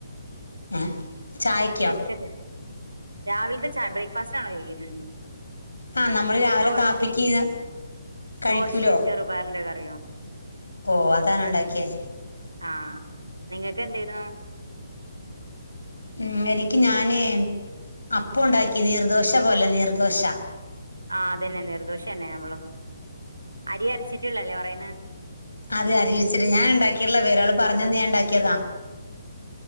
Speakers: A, on the left; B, on the right.
A: ഏ ചായക്കോ
B: ബിസ്ക്കറ്റ് രാവിലത്തെ ചാ ബ്രേക്ക്ഫാസ്റ്റ് ആണോ ചോയിക്കുന്നെ
A: ആഹ് നമ്മള് രാവിലെ
B: ദോശയും
A: കാപ്പിക്ക് കഴിക്കൂലോ
B: ദോശയും ചെറുപയറിന്റെ കറിയോ
A: ഓ അതാണ് ഉണ്ടാക്കിയേ
B: ആ നിങ്ങൾക്ക് എന്തേനു
A: ഉ ഇങ്ങേര്ക്ക് ഞാനേ അപ്പുണ്ടാക്കി നീർ ദോശ പോലെ നീർ ദിശ
B: ആ അതന്നെ നീർ ദോശ തന്നെ നമ്മള് അരി അരച്ചിട്ടുള്ളല്ലേ പറയന്ന്
A: അത് അരിവച്ചിട്ട് ഞാൻ ഉണ്ടാക്കയിള്ള ഒരാൾ പറഞ്ഞന്ന് ഞാൻ ഉണ്ടാക്കിയതാ